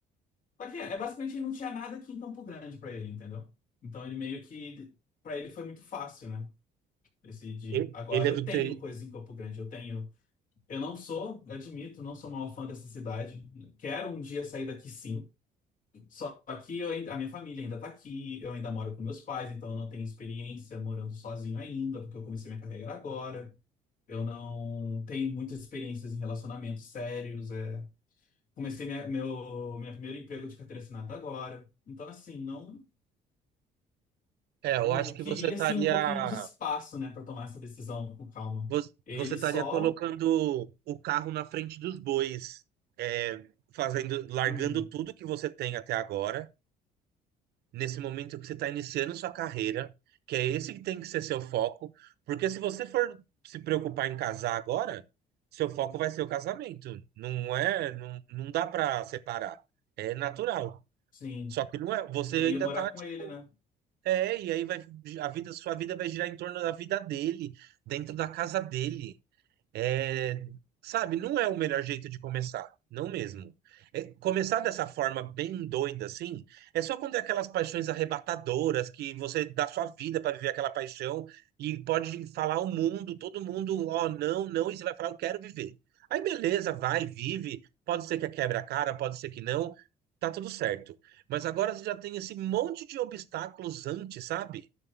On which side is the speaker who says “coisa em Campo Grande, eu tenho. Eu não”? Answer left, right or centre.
Left